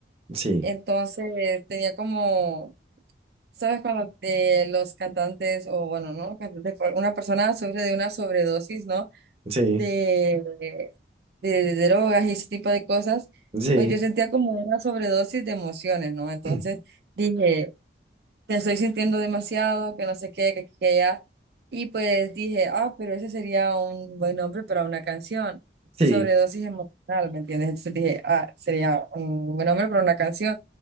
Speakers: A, on the right (about 35°); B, on the right (about 65°).
A: sí.
B: entonces tenía como, ¿sabes? Cuando eh, los cantantes, o bueno, no los cantantes, pero una persona sufre de una sobredosis, ¿no?
A: Sí,
B: de, de drogas y ese tipo de cosas,
A: sí,
B: pues yo sentía como una sobredosis de emociones, ¿no? Entonces
A: <clears throat>
B: dije, te estoy sintiendo demasiado, que no sé qué, que aquí, que allá. Y pues dije, ah, pero ese sería un buen nombre para una canción,
A: sí.
B: sobredosis emocional, ¿me entiendes? Entonces dije, ah, sería un buen nombre para una canción.